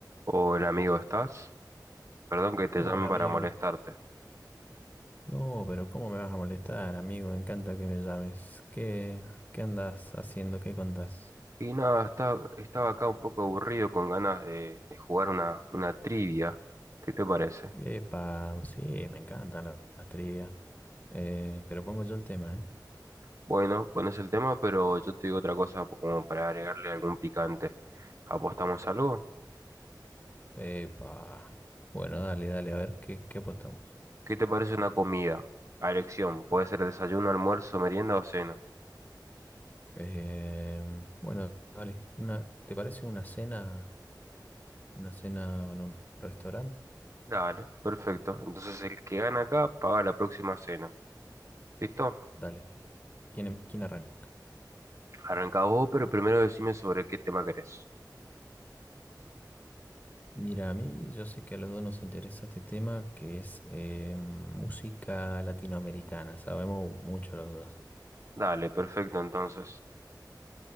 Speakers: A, on the right; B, on the left.
A: Hola amigo, ¿estás? Perdón que te
B: Hola
A: llame para
B: amigo,
A: molestarte.
B: no, pero ¿cómo me vas a molestar, amigo? Me encanta que me llames. ¿Qué, qué andas haciendo? ¿Qué contás?
A: Y nada, está- estaba acá un poco aburrido con ganas de, de jugar una, una trivia. ¿Qué te parece?
B: Epa, sí, me encantan la- las trivias. Eh, pero pongo yo el tema, ¿eh?
A: Bueno, pones el tema, pero yo te digo otra cosa po- como para agregarle algún picante. ¿Apostamos algo?
B: Epa. Bueno, dale, dale, a ver, ¿qué, qué apostamos?
A: ¿Qué te parece una comida? A elección, puede ser desayuno, almuerzo, merienda o cena.
B: Em, bueno, dale. Una, ¿te parece una cena, una cena en un restaurante?
A: Dale, perfecto. Entonces el que gana acá paga la próxima cena. ¿Listo?
B: Dale. ¿Quién, em- quién arranca?
A: Arrancá vos, pero primero decime sobre qué tema querés.
B: Mira, a mí yo sé que a los dos nos interesa este tema que es eh, música latinoamericana. Sabemos mucho los dos.
A: Dale, perfecto entonces.